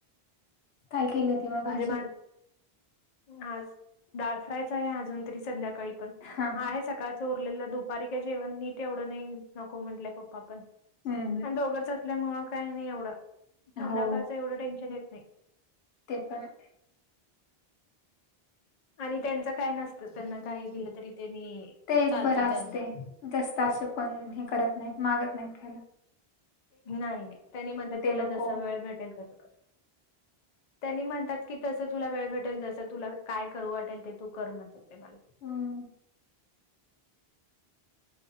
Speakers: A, on the left (about 80°); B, on the left (about 50°).
A: काय केली होती म
B: म्हणजे
A: भाजी?
B: माझ आज दाळ फ्रायच आहे अजून तरी संध्याकाळी पण
A: हा हा
B: आहे सकाळ च उरलेलं दुपारी काय जेवण नीट येवढं नाही, नको म्हटले पप्पा पण
A: हम्म हम्म.
B: आणि दोघच आसंल्यामुळ काही नाही एवढं, संध्याकाळचं
A: हो
B: एवढं टेन्शन येत नही.
A: ते पण!
B: आणि त्यांचं काय नसतं त्यांना काही दिलं तरी त्यांनी
A: ते एक
B: चालतं
A: बरं
B: त्यांना
A: असते जास्त असं कोण हे करत नाहीत मागत नाहीत ख्यायला
B: नाही नाही त्यांनी मणत तुला
A: नको
B: जसा वेळ भेटेल तसं कर त्यांनी म्हणतात की तसं तुला वेळ भेटेल जसं तुला काय करू वाटेल ते तू कर म्हणतात ते मला
A: हम्